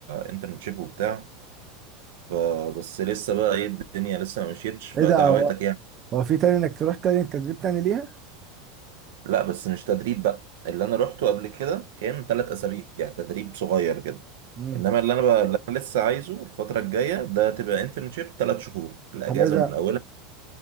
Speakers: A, on the right; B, on the right.
A: انترنشيب وبتاع ف- بس لسه بقى ايه الدنيا لسه ما مشيتش فدعواتك
B: ايه ده هو
A: يعني
B: هو في تاني انك تروح تاني تدريب تاني ليها
A: لا بس مش تدريب بقى اللي انا روحته قبل كده كان ثلاث اسابيع يعني تدريب صغير كده
B: امم
A: انما اللي انا بقى اللي انا لسه عايزه الفتره الجايه ده تبقى انترنشيب ثلاث شهور الاجازه
B: طب ايه ده
A: من اولها